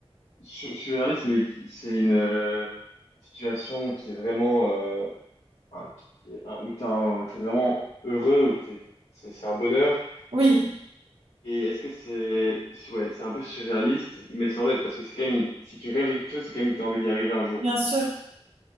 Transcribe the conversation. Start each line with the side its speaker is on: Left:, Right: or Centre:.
Left: Je, je suis réaliste, mais c'est une euh, situation qui est vraiment euh, un- qui est un- où t'es un- t'es vraiment heureux, où t'es, c'est c'est un bonheur.
Right: Oui,
Left: Et est-ce que c'est c'est- ouais, c'est un peu surréaliste, mais sans l'être, parce que c'est quand même une- si tu rêves de quelque chose, c'est quand même que t'as envie d'y arriver un jour.
Right: bien sûr.